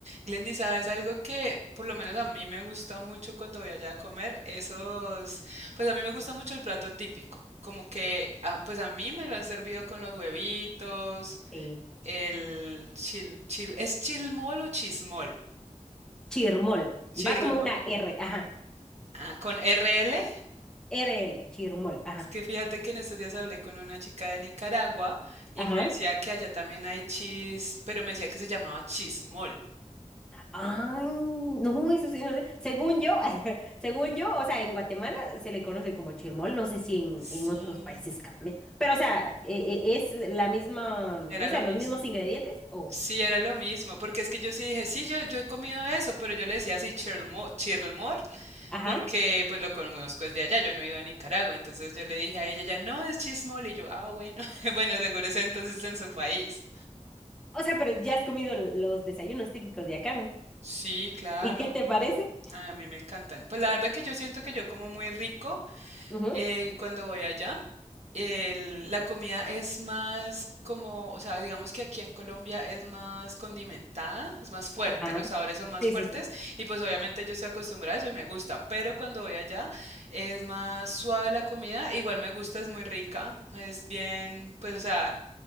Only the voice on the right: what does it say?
Glendy, ¿sabes algo que por lo menos a mí me gusta mucho cuando voy allá a comer? Esos, pues a mí me gusta mucho el plato típico, como que, ah, pues a mí me lo han servido con los huevitos,
el chil, chil, ¿es chilmol o chismol?
Chirmol.
Ah, con R L,
Es que fíjate que en estos días hablé con una chica de Nicaragua y
me decía que allá también hay chis, pero me decía que se llamaba chismol.
Sí,
era
lo
mismo.
Sí, era lo mismo, porque es que yo sí dije, sí, yo, yo he comido eso, pero yo le decía así, Chirlmore, Chirlmore,
porque pues lo conozco desde allá, yo no he ido a Nicaragua, entonces yo le dije a ella, ya no, es chismol, y yo, ah, bueno, <laughs> bueno, seguro es entonces en su país.
Sí, claro,
Ay, a mí me encantan. Pues la verdad que yo siento que yo como muy rico
eh, cuando voy allá, el- la comida es más como, o sea, digamos que aquí en Colombia es más condimentada, es más fuerte,
los sabores son más
fuertes
y pues obviamente yo estoy acostumbrada a eso y me gusta, pero cuando voy allá es más suave la comida, igual me gusta, es muy rica, es bien, pues o sea,